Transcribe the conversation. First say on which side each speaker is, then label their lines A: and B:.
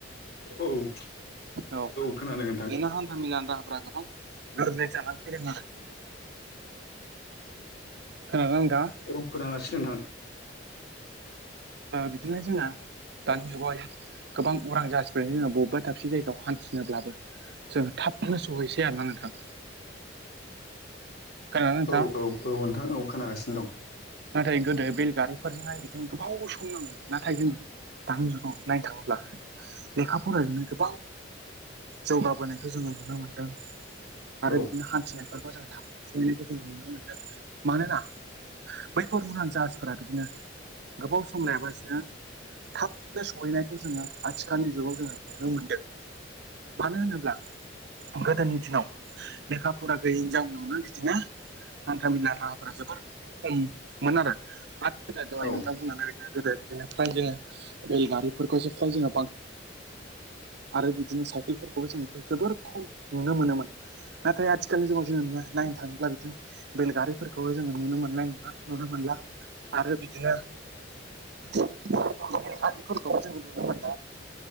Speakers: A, on the left; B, on the right.
A: औ
B: औ बिदिनो
A: खोनादों नोंथां
B: हान्था मेलानि राहाफ्रा गोबां गोरलै जानानै फैदों आरो खोनादों ना नोंथां
A: औ खोनांगासिनो नोंथां
B: बिदिनो जोंहा दानि जुगावहाय गोबां उरां जाहास ओमफ्रायनो जोंङो बबेबा दाबसे जायगायाव हान्थिनोब्लाबो जोंङो थाबनो सहैसै आरोना नोंथां खोनादोंना नोंथाङा
A: औ औ औ नोंथां औ खोनागासिनो दं
B: नाथाय गोदो बेल गारिफोरजोंहाय बिदिनो गोबाव सम नांगौ नाथाय जोंङो दानि जुगाव नायनो थांङोब्ला लेखा फराजोंनो गोबां जौगाबोनायखौ जोंङो नुनो मोनदों आरो
A: दं
B: बिदिनो हान्थिनायफोरखौ जों थाब थाब सैनाय जों नुनो मोनदों मानोना बैफोर उरां जाहासफोरा बिदिनो गोबाव सम लायाबा बिसनो थाबनो सहैनायखौ जोंङो आथिखालनि जुगाव जोंङो नुनो मोन्दों मानो होनोब्ला गोदोनि दिनाव लेखा फरा गैयिनि जाउनावनो बिदिनो हान्थाामेला राहाफोरा जोबोर खममोन आरो <unintelligible>
A: औ
B: नोंथां नानै नो गोदो बिदिनो फ्राय जोंङो बेलगारिफोरखौसो फ्राय जों बांसिन आरो बिदिनो साइकेलफोरखौबो जों जोबोर खम नुनो मोनोमोन नाथाय आथिखालनि जुगाव जोंङो ना नायनो थांङोब्ला बिदिनो बेलगारिफोरखौबो जोंङो नुनो मोननाय नङा नुनो मोनला आरो बिदिनो आगफोरखौबो जोंङो नुनो मोना